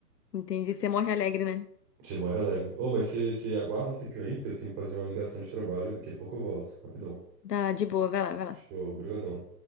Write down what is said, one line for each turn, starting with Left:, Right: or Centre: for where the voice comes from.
Left: Entendi. Você morre alegre, né?
Right: Você morre alegre. Ô, mas você você aguarda um tempinho aí que eu tenho que fazer uma ligação de trabalho. Daqui a pouco eu volto. Rapidão.
Left: Tá de boa, vai lá, vai lá.
Right: Show, brigadão.